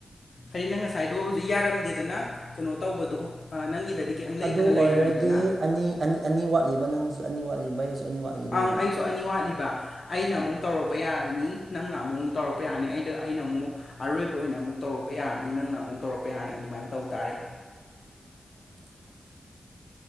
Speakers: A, on the left; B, on the right.
A: ꯍꯥꯏꯗꯤ ꯅꯪ ꯉꯁꯥꯏ ꯑꯗꯣ ꯍꯧꯖꯤꯛ ꯌꯥꯔꯝꯗꯦꯗꯅ ꯀꯩꯅꯣ ꯇꯧꯕꯗꯨ ꯅꯪꯒꯤꯗꯗꯤ ꯀꯔꯤ ꯂꯩꯇꯅ
B: ꯑꯗꯨ
A: ꯂꯩꯔꯝꯃꯤꯗꯅ
B: ꯑꯣꯏꯔꯗꯤ ꯑꯅꯤ ꯑꯅꯤ ꯑꯅꯤ ꯋꯥꯠꯂꯤꯕ ꯅꯪꯁꯨ ꯑꯅꯤ ꯋꯥꯠꯂꯤꯕ ꯑꯩꯁꯨ ꯑꯅꯤ ꯋꯥꯠꯂꯤꯗꯣꯏꯕ
A: ꯑꯪ ꯑꯩꯁꯨ ꯑꯅꯤ ꯋꯥꯠꯂꯤꯕ ꯑꯩꯅ ꯑꯃꯨꯛ ꯇꯧꯔꯛꯄ ꯌꯥꯔꯅꯤ ꯅꯪꯅ ꯑꯃꯨꯛ ꯑꯃꯨꯛ ꯇꯧꯔꯛꯄ ꯌꯥꯅꯤ ꯑꯩꯗ ꯑꯩꯅ ꯑꯃꯨꯛ ꯑꯔꯣꯏꯕ ꯑꯣꯏꯅ ꯑꯃꯨꯛ ꯇꯧꯔꯛꯄ ꯌꯥꯔꯅꯤ ꯅꯪꯅ ꯑꯃꯨꯛ ꯇꯧꯔꯛꯄ ꯌꯥꯅꯤ ꯑꯗꯨꯃꯥꯏꯅ ꯇꯧ ꯇꯥꯔꯦ
B: <inaudible>